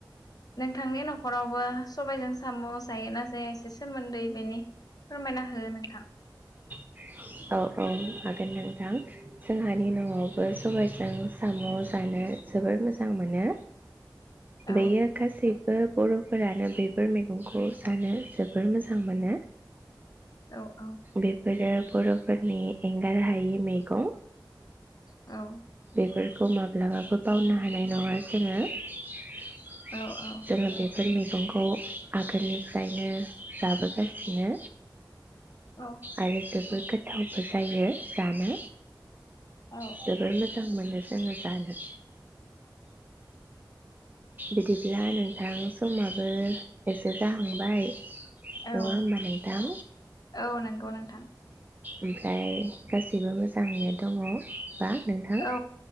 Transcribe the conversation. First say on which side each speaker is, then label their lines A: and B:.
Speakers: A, on the left; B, on the right.
A: नोंथांनि न'खरावबो सबायजों साम' जायोना जाया एसे सोमोन्दै बेनि फोरमायना हो नोंथां।
B: औ औ हागोन नोंथां जोंहानि न'आवबो सबायजों साम' जानो जोबोर मोजां मोनो। <inaudible>
A: औ
B: बेयो गासै बर'फोरानो बेफोर मैगंखौ जानो। जोबोर मोजां मोनो।
A: औ औ
B: बेफोरो। बर'फोरनि एंगार हायि मैगं
A: औ।
B: बेफोरखौ माब्लाबाबो बावनो हानाय नङा जोङो जोङो
A: औ औ
B: द- बेफोर मैगंखौ आगोलनिफ्रायनो जाबोगासिनो
A: औ
B: आरो जोब- जोबोद गोथावबो जायो जानो
A: औ
B: जोबोर मोजां मोनो जोङो जानो। बिदिब्ला नोंथां समाबो एसे जाहांबाय नङा
A: औ
B: होनबा नोंथां।
A: औ नंगौ नोंथां
B: ओमफ्राय गासिबो मोजाङैनो दङ बा। नोंथां
A: औ